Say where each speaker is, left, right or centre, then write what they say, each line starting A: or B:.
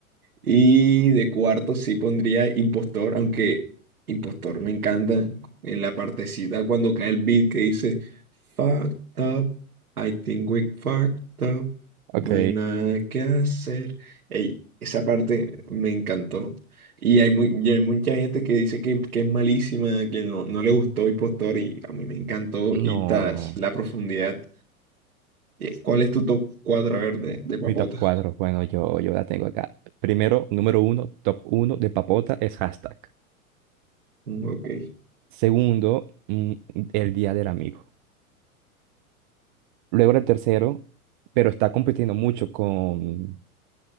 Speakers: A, on the right; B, on the right.
A: Y de cuarto sí pondría Impostor, aunque Impostor me encanta en la partecita cuando cae el beat que dice Fucked up, I think we fucked up,
B: ok.
A: no hay nada que hacer. Ey, esa parte me encantó. Y hay, muy, y hay mucha gente que dice que, que es malísima, que no, no le gustó Impostor y a mí me encantó
B: No,
A: y tas,
B: no.
A: la profundidad. Eh, ¿Cuál es tu top cuatro A ver, de, de papota.
B: Mi top 4, bueno, yo, yo la tengo acá. Primero, número uno, top uno de papota es hashtag.
A: Mm, Ok,
B: Segundo, mm, el Día del Amigo. Luego el tercero, pero está compitiendo mucho con,